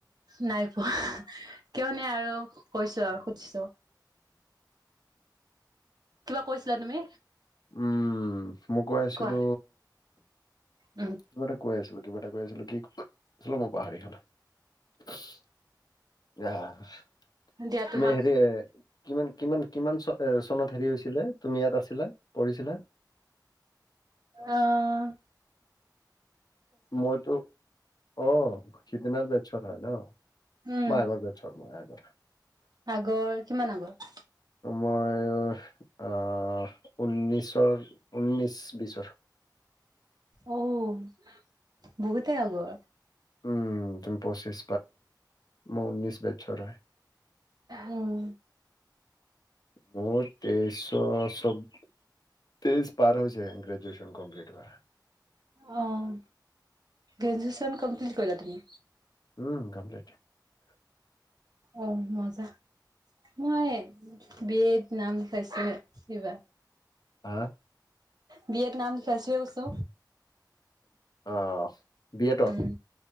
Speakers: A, on the right; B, on the left.
A: নাই পোৱা, কিয়নে আৰু কৈছো আৰু সুধিছো। কিবা কৈছিলা তুমি?
B: উম', মই কৈ আছিলো
A: কোৱা উম
B: কিবা এটা কৈ আছিলো, কিবা এটা কৈ আছিলোঁ, কি কৈ আছিলো মই পাহৰি থাকিলো। আহ'।
A: দিয়া তোমাক
B: তুমি হেৰি এ কিমান কিমান কিমান কিমান চ চনত হেৰি হৈছিলে, তুমি ইয়াত আছিলা? পঢ়িছিলা?
A: অ'।
B: মইতো অ', সিদিনাৰ বেটচৰ হয় ন?
A: উম
B: মই আগৰ বেটচৰ, মই আগৰ।
A: আগৰ কিমান আগৰ?
B: মই আহ', উনৈছৰ উন্নিছ বিশৰ।
A: অঔ', বহুতে আগৰ।
B: উম তুমি পঁচিছ মই উনৈশ বেটচৰ হয়।
A: উম।
B: মোৰ তেইশ চব তেইশ পাৰ হৈছে গ্ৰেজুৱেশ্যন কম্প্লিট হোৱা।
A: অঁ। গ্ৰেজুৱেশ্যন কম্প্লিট কৰিলা তুমি?
B: উম কমপ্লিট।
A: অ', মজা। মই বি এত নাম লিখাইছোহে এইবাৰ।
B: হা'।
A: বি এট নাম লিখাইছোহে কৈছো।
B: অ'। বি এডত
A: উম,